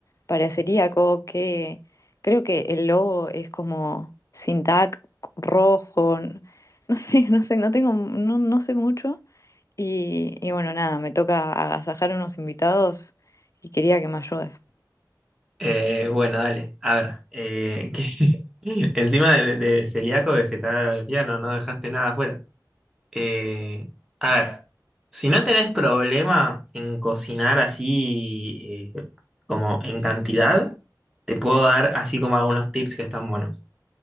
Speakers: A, on the left; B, in the centre.
A: para celíaco, que creo que el logo es como sin tag rojo, n- no sé, <laughs> no sé, no tengo, no, no sé mucho. Y, y bueno, nada, me toca agasajar a unos invitados y quería que me ayudes.
B: Eh, bueno, dale, a ver. eh, <laughs> ¿qué- Encima de, de celíaco, vegetariano, no dejaste nada afuera. Eh, a ver, si no tenés problema en cocinar así eh, como en cantidad, te puedo dar así como algunos tips que están buenos.